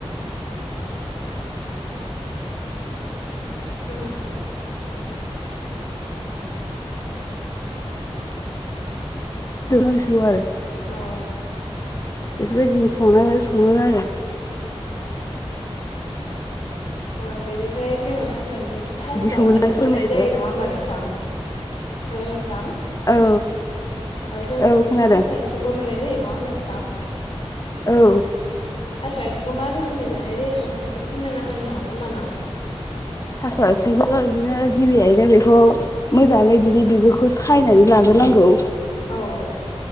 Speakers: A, on the left; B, on the left.
A: उम
B: दलांसुहार आरो
A: औ
B: बेफोरबायदिनो संनाय सङो आरो
A: आ बेनिफ्राय जोङो थास'निफ्रायथ' थास'
B: बिदि संनानै
A: आथिंबो
B: फोरमायदो
A: मोननाय जायो नङा होमबा नोंथां हेलौ नोंथां
B: औ
A: ओ जेनेबा
B: औ
A: जोंथ'
B: खोनादों
A: थास' आथिंबो मोननाय जायो ना नङा होमबा नोंथां?
B: औ
A: थास' आइथिंखौ मा रोखोमै जानाय जायो नोंथाङा एसे फोरमायना होनो हागोन नामा?
B: थास' आथिंखौथ' बिदिनो गिबियैनो बेखौ मोजाङै बिदि बिगुरखौ सायनानै लाबो नांगौ
A: औ औ